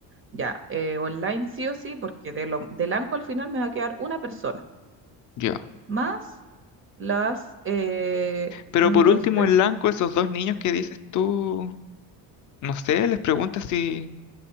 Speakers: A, on the right; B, on the left.
A: ya, eh, online sí o sí, porque de lo, del ANCO al final me va a quedar una persona,
B: Yo.
A: más las, eh,
B: Pero
A: un,
B: por
A: dos,
B: último,
A: tres,
B: en blanco, esos dos niños que dices tú, no sé, les preguntas si,